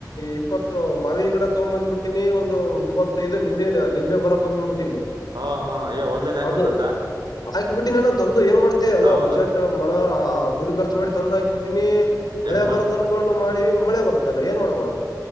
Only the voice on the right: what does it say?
ಹಾ ಹಾ ಏ ಹೊಲ್ದಲ್ಲಿ ಆಗ್ಬೇಕಂತ
ಹೌದು
ಯಾಕ ಮತ್